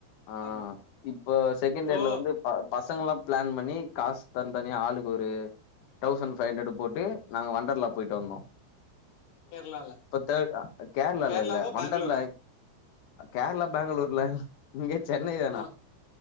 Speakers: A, on the left; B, on the left.
A: ஆ
B: ஆமா
A: இப்போ செகண்ட்
B: இப்போ
A: இயர்ல வந்து. பசங்கல்லா பிளான் பண்ணி, காசு தனி தனி ஆளுக்கு. ஒரு தௌசண்ட் ஃபைவ் ஹண்ட்ரட் போட்டு நாங்க வண்டர்லா போய்ட்டு வந்தோ
B: கேரளால
A: தே கேரளால
B: கேரளாவா
A: இல்ல வண்டர்ல
B: பெங்களூரா
A: கேரளா பெங்களூர்ல. நீங்க சென்னையா
B: ஆஹ்.